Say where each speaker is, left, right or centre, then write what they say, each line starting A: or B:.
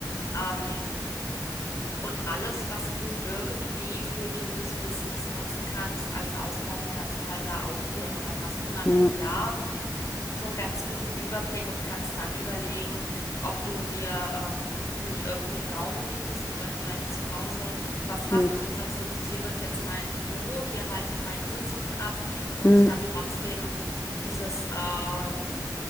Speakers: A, on the left; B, on the left.
A: Ähm, und alles, was du irgendwie für dieses Business nutzen kannst, als Ausgabe, kannst du halt da aufführen. Und dann hast du nach
B: Mhm.
A: einem
B: Mhm. Ja.
A: Jahr so einen ganz guten Überblick und kannst dann überlegen, ob du dir ähm, nicht irgendwie einen Raum mietest oder vielleicht zu Hause was hast,
B: Mhm.
A: wo du sagst, so, das hier wird jetzt mein Büro, hier halte ich meine Sitzungen ab und
B: Mhm.
A: dann trotzdem dieses ähm,